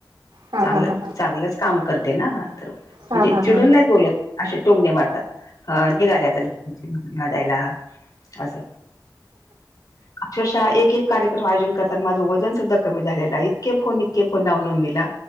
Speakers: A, on the right; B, on the left.
A: हा
B: चांगलं
A: हा हा हा
B: चांगलंच काम करते ना तर म्हणजे
A: हा हा हा
B: चिडून नाही बोलत असे तोंबणे मारतात अ निघालेता ल जायला असं अक्षरशः एक एक कार्यक योजन करताना माझं वजन सुद्धा कमी झालेला आहे इतके फोन इतके फोन नाव नोंद दिला